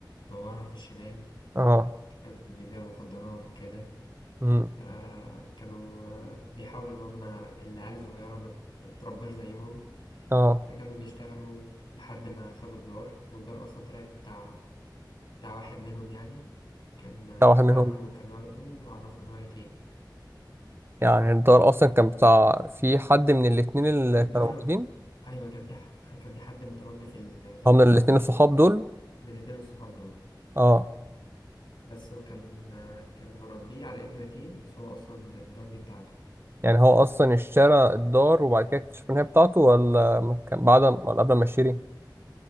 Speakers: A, on the left; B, on the right.
A: مدورها في الشمال
B: اه
A: كان بيبيع مخدرات وكده
B: مم.
A: فكانوا آه، بيحاولوا إن هما العيال الصغيرة ما تترباش زيهم
B: اه
A: فكانوا بيشتغلوا لحد ما خدوا الدار والدار أصلا طلعت بتاع بتاع واحد منهم يعني كان آه،
B: ده واحد منهم
A: عمه كان واخده ومعرفه إن هو يتيم
B: يعني الدار أصلا كان بتاع في حد من الاتنين اللي
A: الدار
B: كانوا موجودين
A: أيوة كان في ح... كان في حد متربي في ال- دار
B: هو
A: الأيتام
B: من الاتنين الصحاب دول
A: من الاتنين الصحاب دول
B: اه
A: بس وكان كان مربيه على إنه يتيم بس هو أصلا الدار دي بتاعته
B: يعني هو أصلا اشترى الدار وبعد كده اكتشف إن هي بتاعته ولا ما كان بعد ما- ولا قبل ما يشتري؟